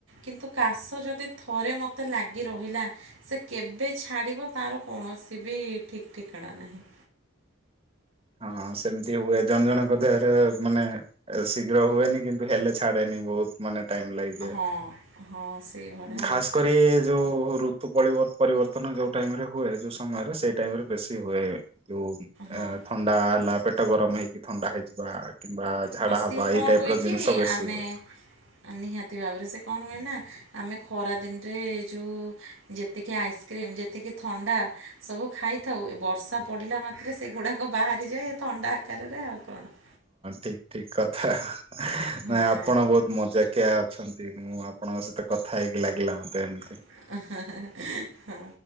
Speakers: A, on the right; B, on the right.
A: କିନ୍ତୁ କାଶ ଯଦି ଥରେ ମତେ ଲାଗିରହିଲା ସେ କେ ଏବେ ଛାଡିବ ତାର କୌଣସି ବି ଠିକ୍ ଠିକଣା ନାହିଁ।
B: ହଁ ସେମିତି ହୁଏ ଜଣେ ଜଣଙ୍କ ଦେହରେ ମାନେ ଶୀଘ୍ର ହୁଏନି କିନ୍ତୁ ହେଲେ ଛାଡେନି। ବହୁତ ମାନେ ଟାଇମ୍ ଲାଗିଯାଏ।
A: ହଁ ହଁ ସେଇଭଳିଆ
B: ଖାସ
A: ଆଉ
B: କରି ଯୋଉ ଋତୁ ପରିବ ପରିବର୍ତ୍ତନ ଯୋଉ ଟାଇମ୍ ରେ ହୁଏ ଯୋଉ ସମୟରେ ସେଇ ଟାଇମ୍ ରେ ବେଶୀ ହୁଏ ଯୋଉ ଉଁ
A: ହଁ
B: ଏଁ ଥଣ୍ଡା ହେଲା ପେଟ ଗରମ ହେଇକି ଥଣ୍ଡା ହେଇଯିବା କିମ୍ବା ଝାଡା
A: ହଁ ସିଏ
B: ହବା
A: କ'ଣ
B: ଏଇ ଟାଇପ୍
A: ହୁଏ
B: ର
A: କି
B: ଜିନିଷ ବେଶୀ
A: ଆମେ
B: ହୁଏ।
A: ନିହାତି ଭାବରେ ସେ କଣ ହୁଏ ନା ଆମେ ଖରା ଦିନରେ ଯେଉଁ ଯେତିକି ଆଇସ୍କ୍ରିମ୍ ଯେତିକି ଥଣ୍ଡା ସବୁ ଖାଇ ଉଥା ହୁଏ ବର୍ଷା ପଡିଲା ମାତ୍ରେ ସେଗୁଡାକ ବାହାରିଯାଏ। ଏ ଥଣ୍ଡା ଆକାରରେ ଆଉ କଣ।
B: ଠିକ୍ ଠିକ୍ କଥା।
A: ହଁ
B: ନା ଆପଣ ବହୁତ ମଜାକିଆ ଅଛନ୍ତି ମୁଁ ଆପଣଙ୍କ ସହିତ କଥା ହେଇ ଲାଗିଲା ମତେ ଏମ୍
A: <inaudible> ହଁ